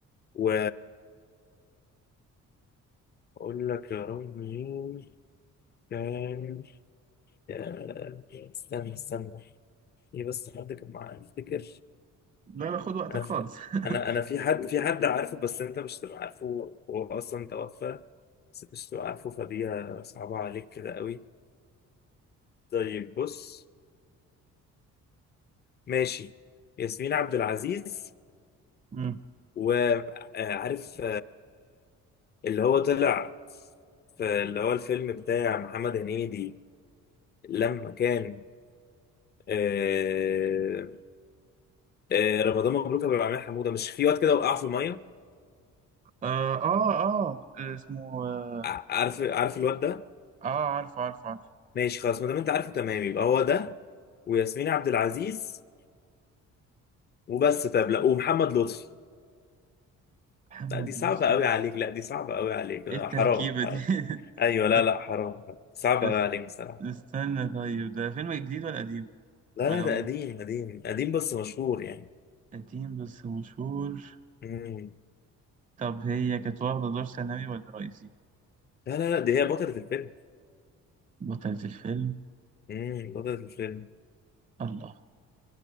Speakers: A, on the left (about 30°); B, on the right (about 25°).
A: و اقول لك يا رب مين كان يا- استنى استنى في بس حد كان معاه افتكر
B: لا لا خد وقتك
A: انا في...
B: خالص <laughs>
A: انا انا في حد في حد عارفه بس انت مش هتبقى عارفه هو اصلا توفى بس انت مش هتبقى عارفه فدي صعبة عليك كده قوي طيب بص ماشي ياسمين عبد العزيز
B: مم.
A: وعارف اللي هو طلع في اللي هو الفيلم بتاع محمد هنيدي لما كان آه، آه، رمضان مبروك ابو العميل حموده مش في واد كده وقع في الميه
B: آه, اه اه اسمه اه,
A: ع- عارف عارف الواد ده
B: آه عارف عارف عارف
A: ماشي خلاص ما دام انت عارفه تمام يبقى هو ده وياسمين عبد العزيز وبس طب لا ومحمد لطفي
B: محمد
A: لا دي صعبة
B: لطفي
A: قوي عليك لا دي صعبة قوي عليك
B: ايه
A: آه،
B: التركيبة
A: حرام حرام
B: دي <laughs>
A: ايوه
B: لا
A: لا لا حرام صعبة
B: اس-
A: قوي عليك بصراحة
B: استنى طيب ده فيلم جديد ولا قديم
A: لا
B: ولا
A: لا ده
B: ولا
A: قديم قديم قديم بس مشهور يعني
B: قديم بس مشهور
A: مم.
B: طب هي كانت واخدة دور ثانوي ولا رئيسي
A: لا لا لا دي هي بطلة الفيلم
B: بطلة الفيلم
A: مم. بطلة الفيلم
B: الله